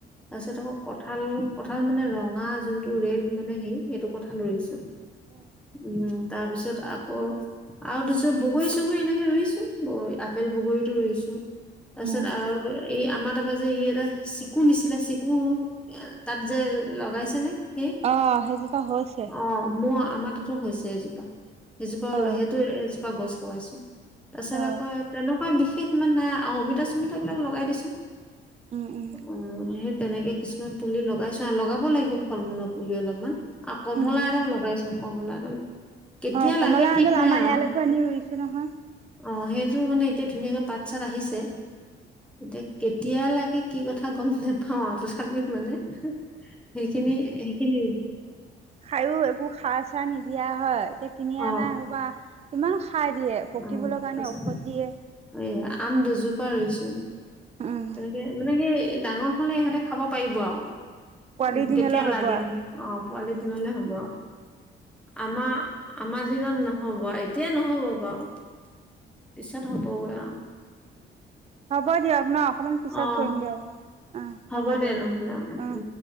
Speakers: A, in the centre; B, on the right.
A: তাৰপিছত
B: অ
A: আকৌ কঁঠাল কঁঠাল মানে ৰঙা যোনটো ৰেড মানে হে সেইটো কঁঠাল ৰুইছো
B: উম,
A: উম তাৰপিছত আকৌ আৰু দিছোঁ বগৰী চগৰী এনেকে ৰুইছো আপেল বগৰী ৰুইছোঁ তাৰপিছত
B: উম
A: আৰু এই আমাৰ তাৰপৰা যে ই এটা চিকু নিছিলে চিকু তাত যে লগাইছে নে সেই
B: অ সেইজোপা হৈছে
A: অ মোৰ আমাৰ তাত হৈছে এজোপা এজোপা
B: অ
A: সেইটো এজোপা গছ লগাইছো তাৰপিছত
B: অ
A: আকৌ তেনেকুৱা বিশেষ ইমান নাই আৰু অমিতা চুমিতা বিলাক লগাই দিছো
B: উম, উম
A: অ, সেই তেনেকে কিছুমান পুলি লগাইছো আৰু লগাব লাগিব ফল মূলৰ পুলি অলপমান অ, কমলা
B: উম উম
A: এডাল লগাইছো কমলা এডাল কেতিয়া
B: অ', কমলা
A: লাগে ঠিক
B: মাজল
A: নাই
B: আমাৰ
A: আৰু
B: ইয়ালৈকো আনি ৰুইছো নহয়
A: অ', সেইটোৰ মানে এতিয়া ধুনীয়াকে পাত চাত আহিছে এতিয়া কেতিয়া লাগে কি কথা গ'ম নোপাওঁ আৰু, তথাপিও মানে সেইখিনি, সেইখিনি-
B: খায়ও একো খাৰ চাৰ নিদিয়া হয় এতিয়া কিনি
A: অ
B: অনা সপা ইমান খাই দিয়ে পকিবলৈ
A: অ
B: কাৰণে
A: তাৰপিছত
B: ঔষধ দিয়ে
A: এই আম দুজোপা ৰুইছো
B: উম
A: তেনেকে মানে কি ডাঙৰ হলে ইহঁতে খাব পাৰিব আৰু
B: পোৱালি দিনলৈ
A: কেতিয়া
B: হ'ব
A: লাগে
B: আৰু।
A: অ পোৱালি
B: উম
A: দিনলে হ'ব আমাৰ আমাৰ দিনত নহব এতিয়াই নহব বাৰু পিছতত হবগ
B: উ হ'ব দিয়ক আপোনাৰ অকমান পিছত
A: অ
B: কৰিম দিয়ক হ'ব অ
A: হ'ব দে
B: দিয়ক
A: নহ'লে
B: অ
A: উ